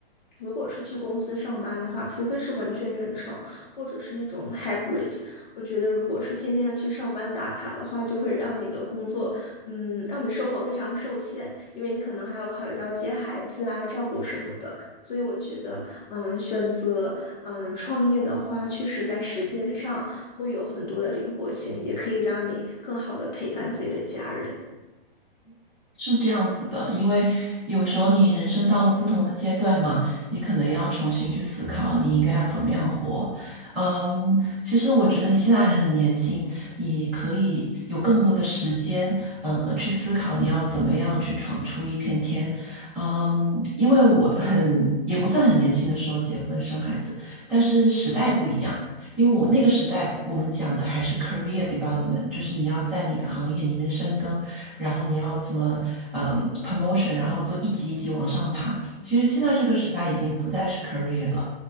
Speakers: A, on the left; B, in the centre.
A: 如果是去公司上班的话，除非是完全远程，或者是那种 hybrid，我觉得如果是天天要去上班打卡的话，就会让你的工作，嗯，让你生活非常受限，因为你可能还要考虑到接孩子啊、照顾什么的。所以我觉得，嗯，选择嗯创业的话，确实在时间上会有很多的灵活性，也可以让你更好的陪伴自己的家人。
B: 是这样子的，因为有时候你人生到了不同的阶段嘛，你可能要重新去思考你应该要怎么样活。嗯，其实我觉得你现在还很年轻，你可以有更多的时间，呃，去思考你要怎么样去闯出一片天。嗯，因为我很，也不算很年轻的时候结婚生孩子，但是时代不一样。因为我那个时代，我们讲的还是 career development，就是你要在你的行业里面深耕，
A: 嗯
B: 然后你要怎么嗯 promotion，然后做一级一级往上爬。其实现在这个时代已经不再是
A: 嗯
B: career 了。